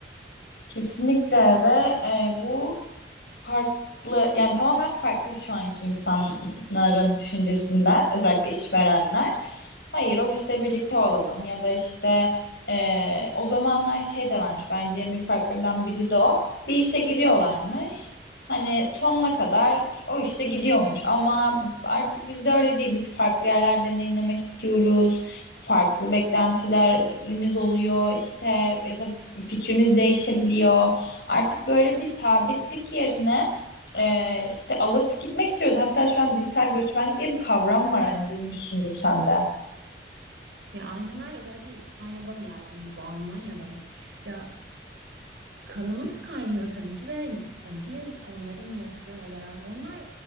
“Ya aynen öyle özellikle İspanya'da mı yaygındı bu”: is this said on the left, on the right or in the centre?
Right